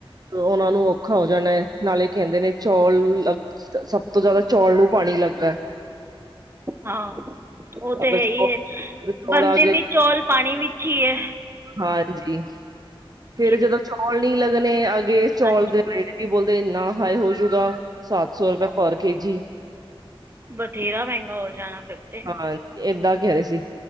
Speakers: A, on the right; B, on the right.
A: ਉਹਨਾਂ ਨੂੰ ਔਖਾ ਹੋ ਜਾਣਾ, ਨਾਲੇ ਕਹਿੰਦੇ ਨੇ ਚੌਲ ਵੀ ਲੱ ਸ-ਸਭ ਤੋਂ ਜਿਆਦਾ ਚੌਲ ਨੂੰ ਪਾਣੀ ਲੱਗਦਾ।
B: ਹਾਂ ਉਹ ਤੇ
A: ਅਗਰ
B: ਹੈਹੀ
A: ਚੌਲ
B: ਏ।
A: ਚੌਲ
B: ਬੰਦੇ
A: ਆ ਗਏ
B: ਵੀ ਚੌਲ ਪਾਣੀ ਵਿੱਚ ਈ ਏ।
A: ਹਾਂਜੀ, ਫੇਰ ਜਦੋਂ
B: ਨਹੀਂ
A: ਚੌਲ ਨੀ ਲੱਗਣੇ ਅਗੇ ਚੌਲ
B: ਹਾਂਜੀ
A: ਦੇ ਰੇਟ ਕੀ ਬੋਲਦੇ ਇੰਨਾ ਹਾਈ ਹੋਜੂਗਾ ਸੱਤ ਸੌ ਰੁਪਏ ਪਰ ਕੇ ਜੀ।
B: ਬਥੇਰਾ ਮਹਿੰਗਾ ਹੋ ਜਾਣਾ ਫਿਰ ਤਾਂ
A: ਹਾਂ ਏਦਾਂ ਕੈ ਰਹੇ ਸੀ।